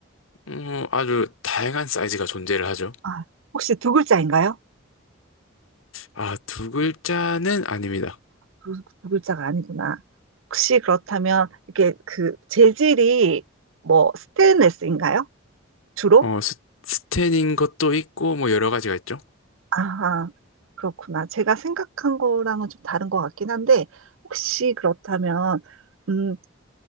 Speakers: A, on the left; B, on the right.
A: 음, 아주 다양한 사이즈가 존재를 하죠.
B: 아, 혹시 두 글자인가요?
A: 아, 두 글자는 아닙니다.
B: 두, 두 글자가 아니구나. 혹시 그렇다면 이게 그 재질이 뭐 스테인레스인가요? 주로?
A: 어, 스, 스텐인 것도 있고, 뭐 여러 가지가 있죠.
B: 아하, 그렇구나. 제가 생각한 거랑은 좀 다른 것 같긴 한데 혹시 그렇다면 음,